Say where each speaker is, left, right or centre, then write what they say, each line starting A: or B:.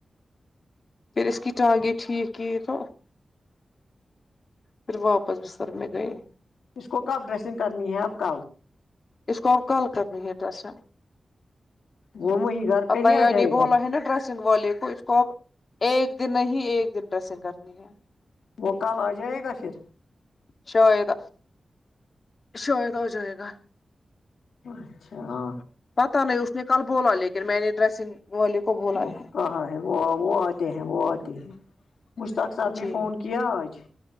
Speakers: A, on the left; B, on the left.
A: پھر اس کی ٹگے ٹھیک کی تو پھر واپس بستر میں گئے
B: اس کو کب ڈریسنگ کرنی ہے اب ک
A: اس کو اب کل کرنی ہے ڈریسنگ
B: وہ می گار پہ
A: اب
B: ہی
A: بھیا
B: آ جائے
A: نے بولا
B: گا
A: ہے نا ڈریسنگ والے کو اس کو اب ایک دن نہیں ایک دن ڈریسنگ کرنی ہے
B: وہ کل آ جائے گا پھر
A: شاید شاید آجائیگا
B: اچھا ہاں
A: پتا نہیں اس نے کل بولا لیکن میں نے ڈریسنگ والے کو بولا
B: وہ
A: ہے
B: کہا ہے وہ وہ آتے ہیں وہ آتے ہیں مشتاق صاحب نے
A: جی
B: فون کیا آج